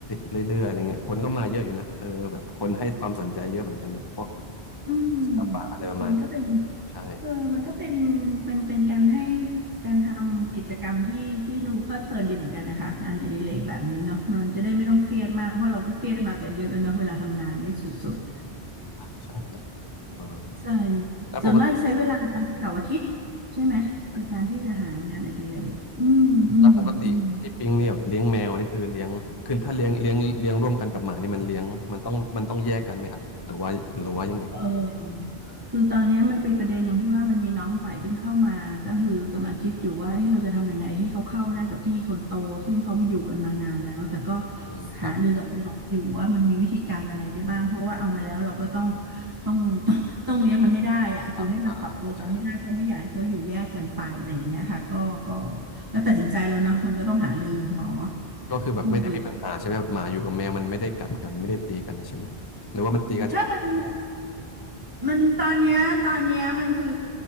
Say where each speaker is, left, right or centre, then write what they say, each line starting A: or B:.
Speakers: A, on the left; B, on the right.
A: เรื่อยๆอะไรเงี้ยคนก็มาเยอะอยู่นะเออแบบคนให้ความสนใจเยอะเหมือนกันแบบพวก
B: อืม
A: ศิลปะอะไรประมาณนี้
B: มันก็เป็น
A: ใช่
B: เออมันก็เป็นเป็นเป็นการให้การทำกิจกรรมที่ที่ดูเพลิดเพลินดีเหมือนกันนะคะงานอดิเรกแบบนี้เนาะมันจะได้ไม่ต้องเครียดมากเพราะเราก็เครียดมากันเยอะแล้วเนาะเวลาทำงานนี่สุดๆ
A: อืมใช่ใช่นะครับอ่า
B: <laughs> ใช่
A: แล้วปกติ
B: ส่วนมากจะใช้เวลาเสาร์อาทิตย์ใช่ไหมในการที่จะหางานอดิเรกอืมอืมอืม
A: ใช่ใช่แล้วปกติพี่ปิงเนี่ยแบบเลี้ยงแมวนี่คือเลี้ยงคือถ้าเลี้ยงเลี้ยงเลี้ยงร่วมกันกับหมานี่มันเลี้ยงมันต้องมันต้องแยกกันไหมครับหรือว่าหรือว่ายังไง
B: เออคือตอนเนี้ยมันเป็นประเด็นตรงที่ว่ามันมีน้องใหม่เพิ่งเข้ามาก็คือกำลังคิดอยู่ว่าเอ้ยเราจะทำยังไงให้เขาเข้าได้กับพี่คนโตซึ่งเขาไม่อยู่กันมานานแล้วแต่ก็
A: อืมครับ
B: หารือกับคุณหมออยู่ว่ามันมีวิธีการอะไรได้บ้างเพราะว่าเอามาแล้วเราก็ต้องต้องต้องต้องเลี้ยงมันให้ได้อะคือให้มันปรับตัวกันให้ได้เพราะไม่อยากให้เขาอยู่แยกกันไปอะไรอย่างเงี้ยค่ะก็ก็
A: ครับอ่าเข้าใจครับ
B: ก็ตัดสินใจแล้วเนาะมันก็ต้องหารือหมอ
A: ก็คือแบบไม่ได้มีปัญหาใช่ไหมแบบหมาอยู่กับแมวมันไม่ได้กัดกันไม่ได้ตีกันใช่ไหมหรือว่ามันตีกันเฉพาะแรก
B: ผู้ไปถ้ามัน มันตอนเนี้ยตอนเนี้ยมันคือ